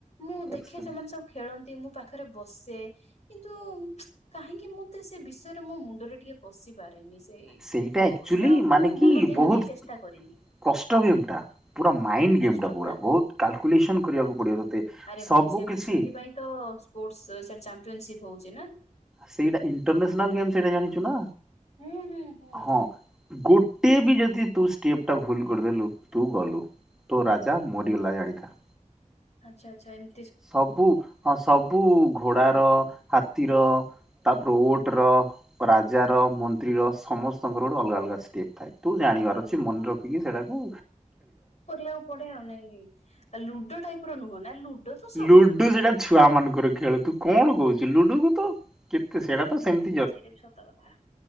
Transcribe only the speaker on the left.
ମୁଁ ଦେଖେ
ସେମାନେ ସବୁ ଖେଳନ୍ତି, ମୁଁ ପାଖରେ ବସେ କିନ୍ତୁ କାହିଁକି ମତେ ସେ ବିଷୟରେ ମୋ ମୁଣ୍ଡରେ ଟିକେ ପଶିପାରେନି, ସେଇ
ଅବଶ୍ୟ ମୁଁ
ମନ ଧ୍ୟାନ
ଦେଇ ଚେଷ୍ଟା କରିନି।
କଷ୍ଟ
ନା
ନିହାତି
ଆରେ
ଭାଇ ସେ
ସେଥିପାଇଁ ତ ସ୍ପୋର୍ଟ ସେ ଚାମ୍ପିଅନସିପ ହଉଛି ନା।
ହୁଁ ହୁଁ ହୁଁ
ହୁଁ।
ଆଛା ଆଛା ଏମ
ଓହୋ।
କରିବାକୁ ପଡେ ଆଉ ନାଇଁ କି ଆ ଲୁଡୋ ଟାଇପ ର ନୁହଁ ନା ଲୁଡୋ ତ ସହଜ।
ସେଇଟା ବି ସତ କଥା